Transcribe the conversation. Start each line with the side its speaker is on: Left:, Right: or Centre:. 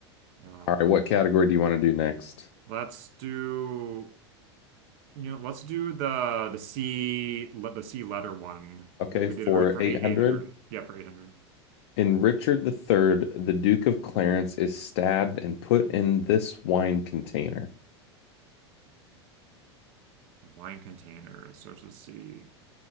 Right: uh,
Left: all right. What category do you want to do next?
Right: let's do you know, let's do the the C le- the C letter one
Left: Okay,
Right: that we
Left: for
Right: did ear- for
Left: 800.
Right: eight eight hundred. Yeah, for eight hundred.
Left: In Richard the Third, the Duke of Clarence is stabbed and put in this wine container.
Right: A wine container it starts with C.